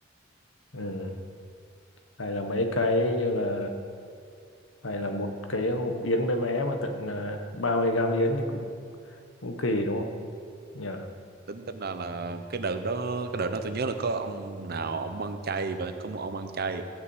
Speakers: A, on the left (about 75°); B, on the right (about 50°).
A: ừ hay là mấy cái như là hay là một cái hộp yến bé bé mà tận à, 30 gram yến thì cũng cũng kỳ đúng không nhỉ
B: tính tính là là cái đợt đó cái đợt đó tôi nhớ là có ông nào ông ăn chay vậy có một ông ăn chay